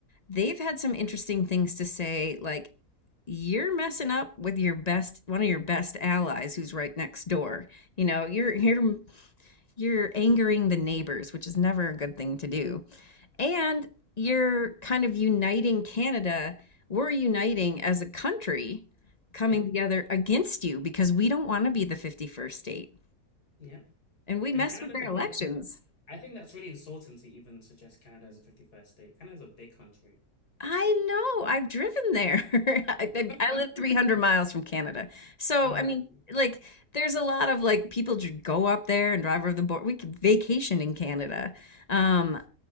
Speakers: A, on the left; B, on the left.
A: they've had some interesting things to say, like, you're messing up with your best, one of your best allies who's right next door. You know, you're you're you're angering the neighbors, which is never a good thing to do. And you're kind of uniting Canada. We're uniting as a country coming
B: Yeah,
A: together against you because we don't want to be the 51st state.
B: yeah.
A: And we
B: And
A: mess
B: Canada's
A: with their
B: a
A: elections.
B: big. I think that's really insulting to even suggest Canada as a 51st state. Canada's a big country.
A: I know. I've driven there. <laughs> I,
B: <laughs>
A: I I live 300 miles from Canada. So,
B: Oh,
A: I
B: I,
A: mean, like, there's a lot of like people just go up there and drive over the border. We could vacation in Canada. Um,